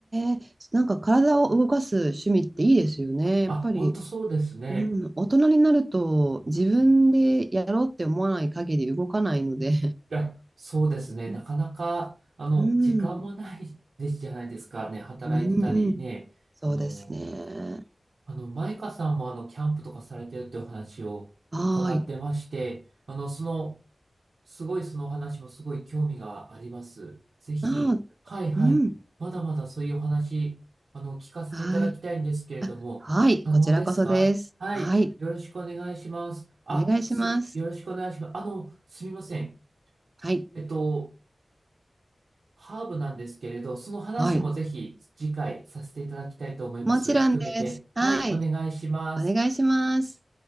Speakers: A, on the right; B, on the right.
A: え、なんか体を動かす趣味っていいですよね。やっぱり
B: あ、本当そうですね。
A: うん、大人になると自分でやろうって思わない限り動かないので
B: うんいや、そうですね。
A: <laughs>
B: なかなか、あの、
A: うん、
B: 時間もないですじゃないですかね。働いてたりね。
A: うん、そうですね。
B: あの、あの、マイカさんもあの、キャンプとかされてるってお話を伺ってまして、
A: はーい。
B: あの、その、すごいそのお話もすごい興味があります。ぜひ、
A: あー、
B: はいはい。
A: うん、
B: まだまだそういうお話、あの、聞かせていただきたいんですけれども、
A: はーい。あ、はい、
B: 可能ですかはい。
A: こちらこそです。はい、
B: よろしくお願いします。あ、
A: お願いします。
B: す、よろしくお願いします。あの、すみません。
A: はい、
B: えっと、ハーブなんですけれど、その話もぜひ次回させていただきたいと思います。
A: はい、もちろんです。
B: 含めて。はい、
A: はい、
B: お願いします。
A: お願いします。